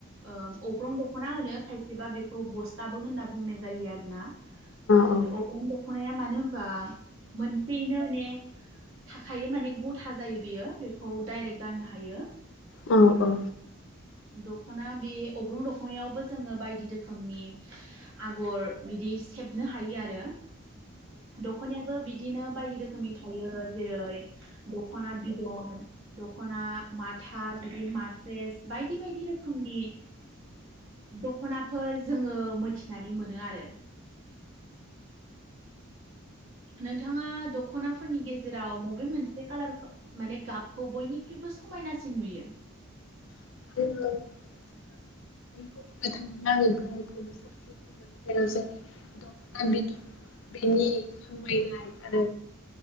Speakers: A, on the right (about 70°); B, on the left (about 65°).
A: ओ अग्रं दखना होनो खायसेबा बेखौ बस दाबो होनना बुंनाय जायो आरो ना जेरै
B: जोङो
A: अग्रं दखना दख'नाया मानो होनबा मोनसेयैनो माने थाखायो माने गथा जायो बियो बेखौ डाइरेक्ट गाननो हायो।
B: औ औ
A: दख'ना बे अग्रुं दखनायावबो जोङो बायदि रोखोमनि आगर बिदि सेबनो हायो आरो दख'नायाबो बिदिनो बायदि रोखोमनि थायो। जेरै दख'ना बिदन दख'ना माथा बिदि मासेस बायदि बायदि रोखोमनि दख'नाफोर जोङो मिथिनानै मोनो आरो नोंथाङा दख'नाफोरनि गेजेराव मबे मोनसे कालारखौ माने गाबखौ बयनिख्रुइबो समायनासिन नुयो।
B: औ बुंनो थाङोब्ला आङो गावनिखौनो साबसिन बुंगोन जेराव जोंनि दख'ना बिदर बेनि समायनाय आरो